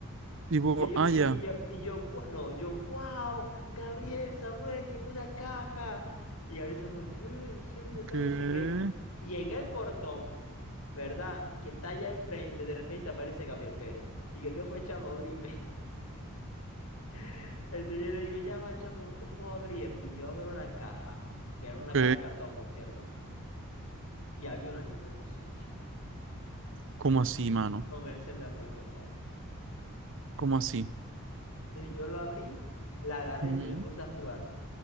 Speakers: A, on the right; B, on the left.
A: Tipo,
B: Y yo,
A: ah,
B: y,
A: ya.
B: y yo, y yo, "Gua- no, yo, wow, Gabriel Samuel llegó una caja. Y Gabriel Samuel, ¿qué? ¿En serio? Tal,
A: ¿Qué?
B: no sé qué. Y en el portón, ¿verdad? Que está allá enfrente, de repente aparece Gabriel Pérez. Y que, ¿qué fue, chamo? Abrime. <laughs> Entonces yo le digo, ya va, chamo, no te puedo abrir. Y yo abro la caja, que era una
A: Ok.
B: caja de cartón, por cierto. Y había una Nintendo Switch
A: ¿Cómo así, mano?
B: con el Zelda Breath of the Wild.
A: ¿Cómo así?
B: Entonces yo lo abrí, la agarré
A: ujú.
B: y me puse a jugar.